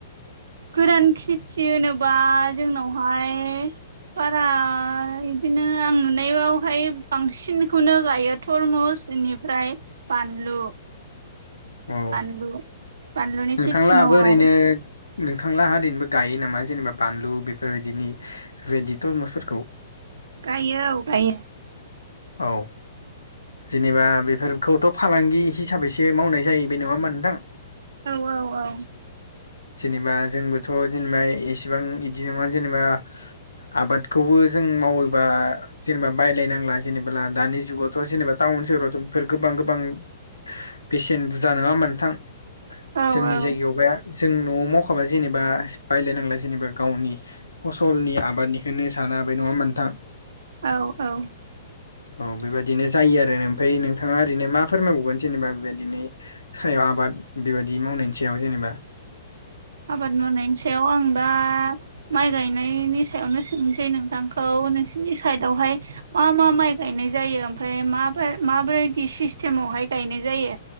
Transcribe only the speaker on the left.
अ।
नोंथांलाहाबो
ओरैनो
नोंथांलाहा निबो गायो नामा जेनेबा बानलु बेफोर बायदिनि बेफोर बायदि थरम'सफोरखौ।
औ जेनेबा बेफोरखौथ' फालांगि हिसाबैसो मावनाय जायो नङा होमबा बे नोंथां।
जेनेबा जोंबोथ' जेनेबा एसेबां बिदि नङा जेनेबा आबादखौबो जों मावोबा जेनेबा बायलायनांला। जेनेब्ला दानि जुगावथ' जेनेबा टाउन सोहोरावथ' बेफोर गोबां गोबां बेसेन बुरजा नङा होनबा नोंथां
जोंनि जायगायाव बे जों न'आव मावखाबा जेनेबा बायलायनांला जेनेबा गावनि फसलनि आबाद निखोननो साना हाबाय नङा होनबा नोंथां।
औ बेबादिनो जायो आरो आमफ्राय नोंथांआ ओरैनो मा फोरमायबावगोन जेनोबा बेबायदिनो सायाव आबाद बेबादि मावनायनि सायाव जेनोबा